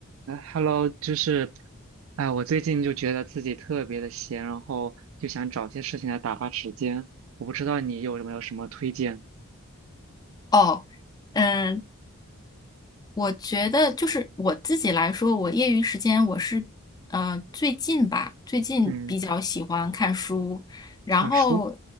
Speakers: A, on the right; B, on the left.
A: 哎，Hello，就是，哎，我最近就觉得自己特别的闲，然后就想找些事情来打发时间。我不知道你有没有什么推荐？
B: 哦，嗯，我觉得就是我自己来说，我业余时间我是，呃，最近吧，最近比较喜欢看书，
A: 嗯，
B: 然后
A: 看书